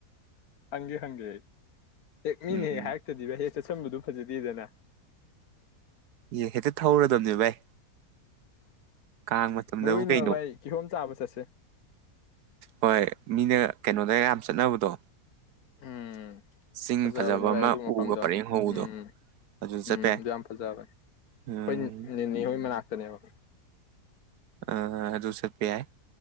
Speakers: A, on the left; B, on the right.
A: ꯍꯪꯒꯦ ꯍꯪꯒꯦ ꯑꯩ ꯍꯦꯛ ꯃꯤꯅꯦ
B: ꯎꯝ ꯎꯝ
A: ꯍꯦꯒ ꯍꯥꯢꯔꯛꯇ꯭ꯔꯗꯤ ꯍꯦ ꯆ ꯆꯟꯕꯗꯨ ꯐꯖꯗꯦꯗꯅ
B: ꯏ ꯍꯦꯛꯇ ꯊꯧꯔꯗꯕꯅꯦꯕ ꯚꯥꯏ ꯀꯥꯡ ꯃꯇꯝꯗꯕꯨ
A: ꯃꯔꯨ ꯑꯣꯏꯅ
B: ꯀꯩꯅꯣ
A: ꯚꯥꯏ ꯀꯤꯍꯣꯝ ꯆꯥꯕ ꯆꯠꯁꯦ
B: ꯍꯣꯏ ꯃꯤꯅ ꯀꯩꯅꯣꯗ ꯌꯥꯝ ꯆꯠꯅꯕꯗꯣ
A: ꯎꯝ
B: ꯆꯤꯡ
A: ꯐꯖꯕꯅꯤ
B: ꯐꯖꯕ
A: ꯚꯥꯏ
B: ꯑꯃ
A: ꯑꯗꯨ
B: ꯎꯒ
A: ꯃꯐꯝꯗꯣ
B: ꯄꯔꯦꯡ ꯍꯧꯕꯗꯣ
A: ꯎꯝ
B: ꯑꯗꯨ ꯆꯠꯄ
A: ꯎꯝ
B: ꯌꯥꯏ
A: ꯌꯥꯝ ꯐꯖꯕꯅꯤ ꯑꯩꯈꯣꯏ
B: ꯎꯝ
A: ꯅꯦꯅꯦꯍꯣꯏ ꯃꯅꯥꯛ ꯇꯅꯦꯕ
B: ꯑ ꯑꯗꯨ ꯆꯠꯄ ꯌꯥꯢ